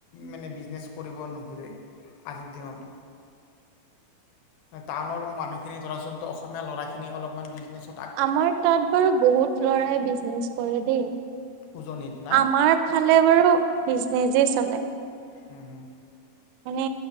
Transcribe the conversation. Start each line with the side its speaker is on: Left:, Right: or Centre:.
Left: মানে বিজনেছ কৰিব নোখোজে আজিৰ দিনত টাউনৰ মানুহখিনি ধৰাচোন ত অসমীয়া ল'ৰা খিনি অলপমান বিজনেছ
Right: আমাৰ তাত বাৰু বহুত লৰাই বিজনেছ কৰে দেই
Left: উজনিত না
Right: আমাৰ ফালে বাৰু বিজনেজেই চলে
Left: উম উম
Right: মানে